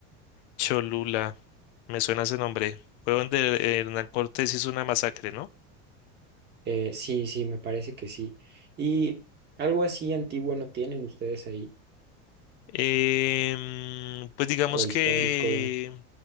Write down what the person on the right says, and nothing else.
Eh, sí, sí, me parece que sí. ¿Y algo así antiguo no tienen ustedes ahí?
¿O histórico?